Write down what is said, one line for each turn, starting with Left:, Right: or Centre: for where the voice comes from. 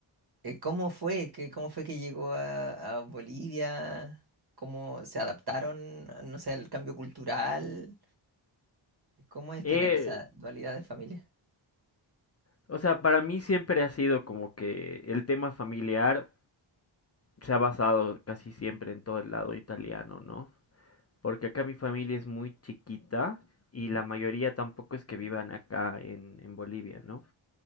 Right: Eh, ¿Cómo fue? ¿Qué- cómo fue que llegó a, a Bolivia? ¿Cómo se adaptaron, no sé, al cambio cultural? ¿Cómo es
Left: Eh,
Right: tener esa dualidad de familia?
Left: O sea, para mí siempre ha sido como que el tema familiar se ha basado casi siempre en todo el lado italiano, ¿no? Porque acá mi familia es muy chiquita y
Right: Ujú,
Left: la mayoría tampoco es que vivan acá en, en Bolivia, ¿no?